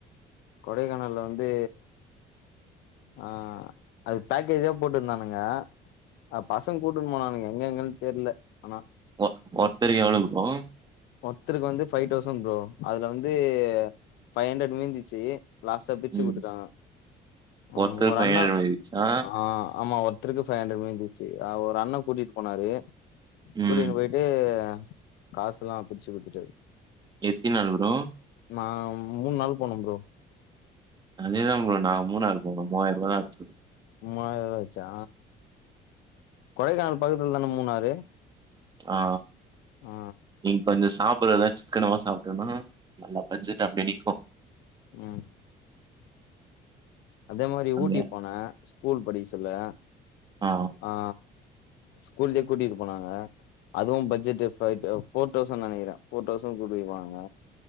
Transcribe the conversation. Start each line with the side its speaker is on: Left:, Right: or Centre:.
Left: கொடைக்கானல்ல வந்து ஆ அது பேக்கேஜா போட்டுந்தானுங்க ஆ பசங்க கூட்டுன் போனானுங்க எங்கெங்கன் தெர்ல ஆனா
Right: ஒ ஒர்த்தருக்கு எவ்ளோ ப்ரோ
Left: ஒர்த்தருக்கு வந்து ஃபை தௌசண்ட் ப்ரோ அதுல வந்து ஃபை அண்ட்ரட் மீந்துச்சு லாஸ்ட்டா பிச்சு
Right: ம்
Left: குத்துட்டாங்க ம்
Right: ஒருத்தருக்கு
Left: ஒரு
Right: பதினேழு
Left: அண்ணா
Right: இருந்துச்சா
Left: ஆ ஆமா ஒ ர்த்தருக்கு ஃபை அண்ட்ரட் மீந்துச்சு ஆ ஒரு அண்ணே கூட்டிட்டு போனாரு
Right: ம்
Left: கூட்டினு போய் ஏ காசுல்லா பிரிச்சு குடுத்துட்டாரு
Right: எத்தி நாலு ப்ரோ
Left: நா மூணு நாள் போனோ ப்ரோ
Right: அதேதா ப்ரோ நா மூணாறு போனோ மூவாயிர ரூவா தா ஆச்சு
Left: மூவாயிரரூவாச்சா கொடைக்கானல் பக்கத்துல தான மூணாறு
Right: ஆ
Left: ஆ
Right: நீங்க கொஞ்சோ சாப்படுறதா சிக்கனமா சாப்டேனா நல்லா பட்ஜெட் அப்டே நிக்கு
Left: ம் அதே மாரி
Right: அங்க
Left: ஊட்டிகு போனே ஸ்கூல் படிக்க சொல்ல
Right: ஆ
Left: ஆ ஸ்கூல்லயே கூட்டிகிட்டு போனாங்க அதுவு பட்ஜெட்டு ஃபை தௌ ஃபோர் தௌசண்ட் நெனக்கிறே ஃபோர் தௌசண்ட் கூட்டிபோனாங்க